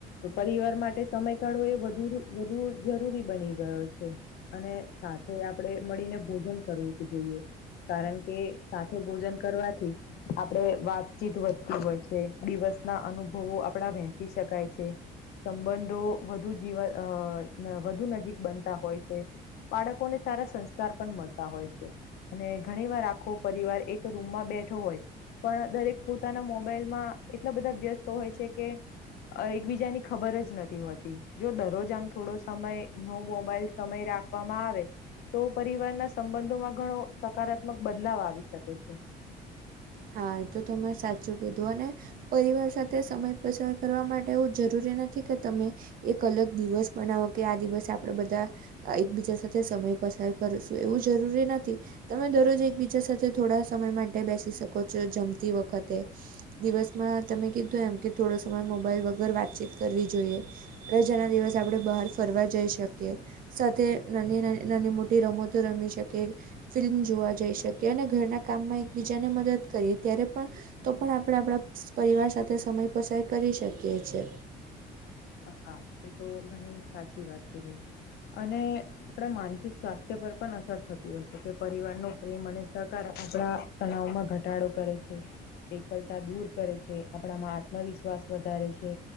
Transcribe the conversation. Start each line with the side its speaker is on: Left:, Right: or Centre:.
Left: પરિવાર માટે સમયગાળો એ વધુ વધુ જરૂરી બની ગયો છે અને. સાથે આપણેે મળીને ભોજન કરવું જ જોઈએ. કારણ કે સાથે ભોજન કરવાથી આપડે વાતચીત વધતી હોય છે, દિવસ ના અનુભવો આપડા વહેંચી શકાય છે. સંબંધો વધુ જીવન વધુ નજીક બનતા હોય છે. બાળકોને સારા સંસ્કાર પણ મળતા હોય છે. અને ઘણી વાર આખો પરિવાર એક રૂમમાં બેઠો હોય. પણ દરેક પોતાના મોબાઈલમાં એટલા બધા વ્યસ્ત હોય છે કે. એકબીજાની ખબર જ નથી હોતી જો દરરોજ જામ થોડો સમય નો મોબાઈલ સમય રાખવામાં આવે. તો પરિવારના સંબંધોમાં ઘણો સકારાત્મક બદલાવ આવી શકે છે.
Right: હા એ તો તમે સાચું કીધું અને પરિવાર સાથે સમય પસાર કરવા માટે એવું જરૂરી નથી કે તમે એક અલગ દિવસ બનાવો કે આ દિવસે આપણે બધા એકબીજા સાથે સમય પસાર કરશું એવું જરૂરી નથી. તમે દરરોજ એકબીજા સાથે થોડા સમય માટે બેસી શકો છો જમતી વખતે. દિવસમાં તમે કીધું એમ કે થોડો સમય મોબાઈલ વગર વાતચીત કરવી જોઈએ. રજાના દિવસે આપણે બહાર ફરવા જઈ શકીએ. સાથે નાની નાની નાની મોટી રમતો રમી શકીએ. ફિલ્મ જોવા જઈ શકીએ અને ઘરના કામમાં એકબીજાને મદદ. કરીએ ત્યારે પણ તો પણ આપણે આપણા પરિવાર સાથે સમય પસાર કરી શકીએ છે.
Left: હા એ તો ઘણી સાચી વાત કીધી અને આપણા માનસિક સ્વાસ્થ્ય પર પણ અસર થતી હોય છે કે પરિવાર નો પ્રેમ અને સહકાર આપણા તણાવમાં ઘટાડો કરે છે. એકલતા દૂર કરે છે, આપણામાં આત્મવિશ્વાસ વધારે છે